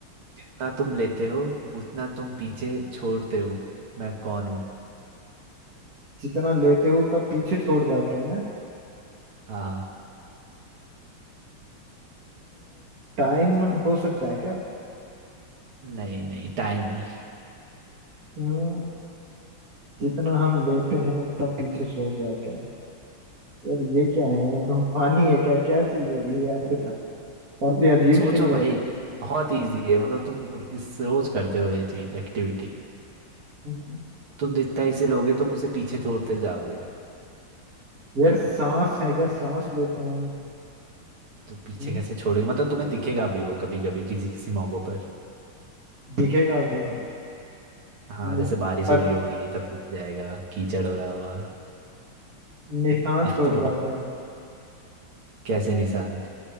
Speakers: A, on the right; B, on the right.
A: जितना तुम लेते हो उतना तुम पीछे छोड़ते हो मैं कौन हूँ
B: जितना लेते हो तब पीछे छोड़ जाते हैं
A: हाँ हाँ
B: टाइम हो सकता है क्या
A: नहीं नहीं टाइम नहीं
B: हम्म, जितना हम लेते हैं उतना पीछे छोड़ जाते हैं यार ये क्या है मतलब पानी है क्या क्या चीज हो गई यार ये तो काफी अजीब
A: सोचो
B: सी पहेली
A: भाई बहुत इजी है मतलब तुम इस रोज करते हो ये चीज एक्टिविटी
B: हम्म।
A: तुम जितना इसे लोगे तुम उसे पीछे छोड़ते जाओगे
B: यार सांस है क्या सांस लेते हैं हम
A: तो पीछे
B: हम्म,
A: कैसे छोड़ोगे मतलब तुम्हें दिखेगा भी वो कभी कभी किसी किसी मौकों पर
B: दिखेगा अभी
A: हाँ
B: हम्म,
A: जैसे बारिश
B: पर
A: हो रही होगी तब दिख जाएगा कीचड़ हो रहा होगा
B: निशान
A: अब
B: छोड़
A: तो
B: जाते
A: बहुत
B: हैं
A: कैसे निशान